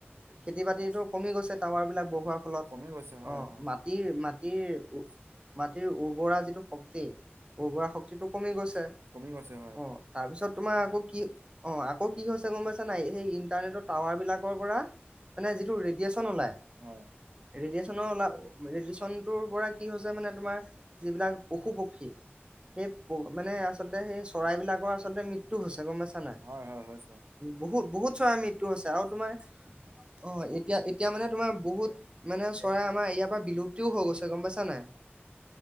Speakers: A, on the right; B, on the right.
A: খেতি বাতিটো কমি গৈছে টাৱাৰ বিলাক বহোৱাৰ ফলত
B: কমি গৈছে হয়
A: অঁ
B: হয়
A: মাটিৰ মাটিৰ মাটিৰ উৰ্বৰা যিটো শক্তি <unintelligible> উৰ্বৰা শক্তিটো কমি গৈছে
B: কমি গৈছে হয়
A: অঁ তাৰ পিছত তোমাৰ আকৌ কি অঁ আকৌ কি হৈছে <unintelligible> সেই ইণ্টাৰনেটৰ টাৱাৰ বিলাকৰ পৰা মানে যি- যিটো ৰেডিয়েচন উলায়
B: হয়
A: ৰেডিয়েচন ওলাল ৰেডিয়েচন <unintelligible> কি হৈছে মানে তোমাৰ যিবিলাক পশু-পক্ষী, সেই প মানে আচলতে সেই চৰাইবলাকৰ আচলতে <unintelligible> পাইছা নাই
B: হয়-হয়-হয়।
A: বহুত, বহুত চৰাই আমি টো হৈছে আৰু তোমাৰ অ' এতিয়া, এতিয়া মানে তোমাৰ বহুত মানে আ চৰাই আমাৰ ইয়াৰ পৰা বিলুপ্তিও হৈ গৈছে গম পাইছা নাই,